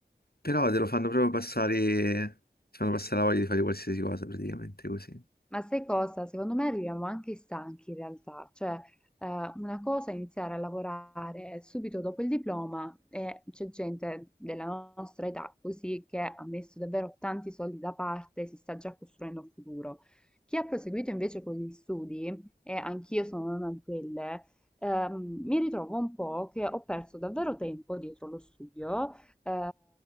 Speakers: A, on the left; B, in the centre.
A: però te lo fanno proprio passare, ti fanno passare la voglia di fare qualsiasi cosa praticamente così.
B: Ma sai cosa? Secondo me arriviamo anche stanchi in realtà, cioè eh, una cosa è iniziare a lavorare subito dopo il diploma e c'è gente della nostra età così che ha messo davvero tanti soldi da parte, si sta già costruendo un futuro. Chi ha proseguito invece con gli studi, e anch'io sono una di quelle, ehm, mi ritrovo un po' che ho perso davvero tempo dietro lo studio, eh,